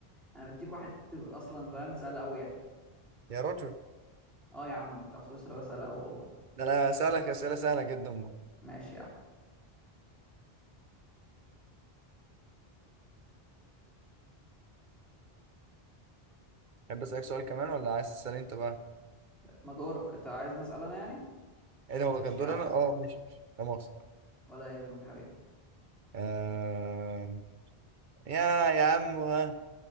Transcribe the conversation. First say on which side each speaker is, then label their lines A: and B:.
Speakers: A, in the centre; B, on the right.
A: انا بديك واحد تبقى اصلا فاهم سهل قوي يعني
B: يا رجل
A: اه يا عم بتاع سويسرا ده سهل قوي والله
B: ده انا اسالك اسئله سهله جدا
A: ماشي يا عم
B: تحب اسالك سؤال كمان ولا عايز تسال انت بقى
A: ما دورك انت عايز نسأل انا يعني
B: ايه ده هو
A: ماشي
B: كان دور
A: يا عم
B: انا اه ماشي ماشي. لا مؤاخذه
A: ولا يهمك يا حبيبي
B: آه... يا يا عم ها